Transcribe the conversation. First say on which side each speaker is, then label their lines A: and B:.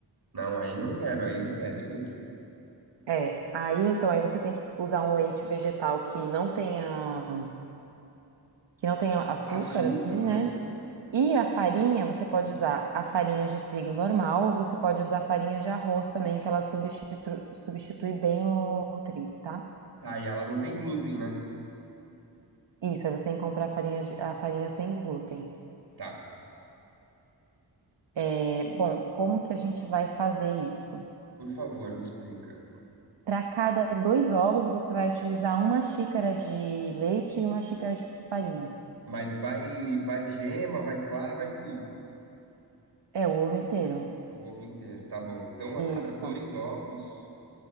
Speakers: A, on the right; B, on the right.
A: Não, aí não quero, aí não quero, ninguém quer.
B: É, aí então aí você tem que usar um leite vegetal que não tenha que não tenha açúcar,
A: Açúcar,
B: assim,
A: né?
B: né? E a farinha, você pode usar a farinha de trigo normal, ou você pode usar a farinha de arroz também, que ela substitui, substitui bem o, o trigo, tá?
A: Tá, e ela não tem glúten, né?
B: Isso, aí você tem que comprar a farinha, de- a farinha sem glúten.
A: Tá,
B: É, bom, como que a gente vai fazer isso?
A: por favor, me explica.
B: Para cada dois ovos, você vai utilizar uma xícara de leite e uma xícara de farinha.
A: Mas vai, vai gema, vai clara, vai tudo.
B: É, o ovo inteiro.
A: O ovo inteiro, tá bom. Então, a cada
B: Isso.
A: dois ovos,